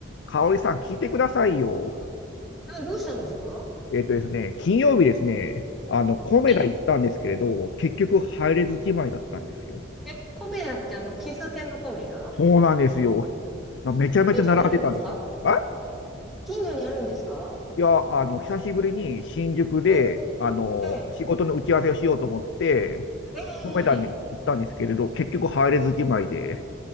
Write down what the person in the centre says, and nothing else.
あ、どうしたんですか
ええ、
え、コメダってあの、喫茶店のコメダ
近所にあるんですか
近所にあるんですか
え
え、
ええ、
ええ、